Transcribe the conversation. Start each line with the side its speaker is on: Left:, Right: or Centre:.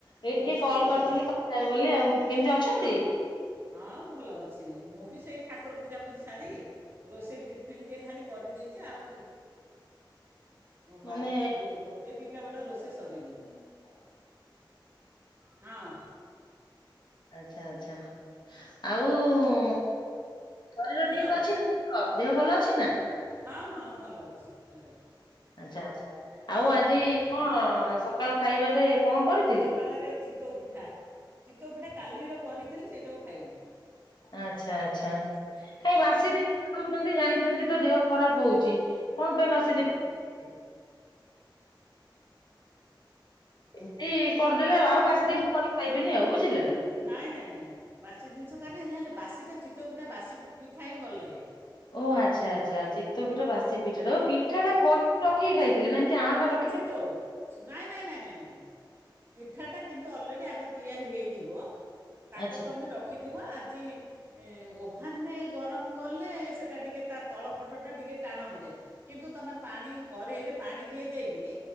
Right: ମୋ
Left: ଏଇ ଟିକେ
Right: ରୋଷେଇ
Left: କଲ୍
Right: ସରିଗଲାଣି
Left: କରିଥିଲି କଥାହେବି ବୋଲି ଆଉ କେମିତି ଅଛନ୍ତି?
Right: ହଁ ହଁ ହଁ ଭଲ ଅଛି ମୁଁ ବି ସେଇ ଠାକୁର ପୂଜାପୂଜି ସାରି। ରୋଷେଇ ଟିଫିନ୍ ଟେ ଖାଲି କରିଦେଇଚି ଆଉ ହଁ
Left: ମାନେ
Right: ବାରଟା ଦୁ ଗୋଟେ ଦୁଇଟା ବେଳେ ରୋଷେଇ ସରିନି। ହଁ।
Left: ଆଚ୍ଛା ଆଚ୍ଛା। ଆଉ ଉ ଶରୀର
Right: ହ୍ୟାଲୋ
Left: ଠିକ୍ ଅଛିନା ଙ୍କ ଦେହ ଭଲ ଅଛିନା?
Right: ହଁ ହଁ ଭଲ ଅଛି ଏବେ।
Left: ଆଚ୍ଛା ଆଚ୍ଛା ଆଉଆଜି
Right: ହଁ
Left: କଁ ସକାଳ ଖାଇବାରେ କଣ କରିଥିଲେ?
Right: ସଖାଳ ରେ ଚି ଚିତଉ ପିଠା ଚିତଉ ପିଠା କାଲିର କରିଥିଲି ସେଇଟାକୁ ଖାଇଲି।
Left: ଆଛା ଆଛା କାଇଁ ବାସିଦ <unintelligible> ଜାଣିଛନ୍ତି ତ ଦେହ ଖରାପ ହଉଛି। କଣ ପାଇଁ ବାସି
Right: ହଁ ହଁ।
Left: ଜିନିଷ ଏମିତି କରିଦେଲେ ଆଉ ବାସି ଦିନ କରି ଖାଇବନି ଆଉ ବୁଝିଲେ ନା।
Right: ନାଇଁ ନାଇଁ ନାଇଁ ନାଇଁ ବାସି ଜିନିଷ କାଦି ହେଲା ହେଲେ ବାସି ତ ଚିତଉ ଫିଟା ବାସି ପିଠା ହିଁ ଭଲ ଲାଗେ।
Left: ଓ ଆଚ୍ଛା ଆଚ୍ଛା ଚିତ୍ତ ପିଠା ବାସି ପିଠା ଓ ପିଠା
Right: ଆଉ
Left: ଟା କରି ରଖିକି ଖାଇଥିଲେ ନା ଏମିତି ଆଣଟାର
Right: ଚିତଓ ନାଇଁ ନାଇଁ ନାଇଁ ନାଇଁ ନାଇଁ ପିଠାଟା କିନ୍ତୁ ଅଲରେଡ଼ି ଆଗ ତିଆରି ହେଇଯିବ। ତାକୁ
Left: ଆଚ୍ଛା
Right: ତମେ ରଖିଥିବ ଆଜି ଓଭାନେ ଗରମ କଲେ ସେ ଟା ଟିକେ ତା ତଳ ପଟ ଟା ଟିକେ ଟାଣ ହେଇଯାଏ କିନ୍ତୁ ତମେ ପାଣି କରେଇରେ ପାଣି ଟିକଏ ଦେଇ କିରି